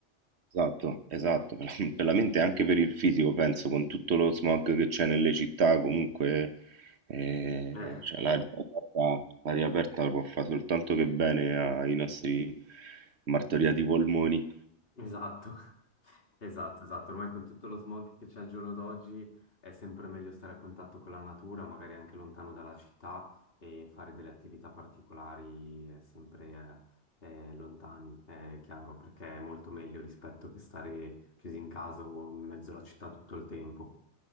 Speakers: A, on the right (about 65°); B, on the left (about 50°).
A: Esatto, esatto, per la <laughs> per la mente e anche per il fisico, penso, con tutto lo smog che c'è nelle città, comunque eh,
B: <laughs>
A: cioè, l'aria aperta, l'aria aperta può fare soltanto che bene ai nostri martoriati polmoni.
B: Esatto, <laughs> esatto, esatto. Ormai con tutto lo smog che c'è al giorno d'oggi è sempre meglio stare a contatto con la natura, magari anche lontano dalla città e fare delle attività particolari eh, sempre eh, eh, lontani, è chiaro, perché è molto meglio rispetto che stare chiusi in casa o in mezzo alla città tutto il tempo.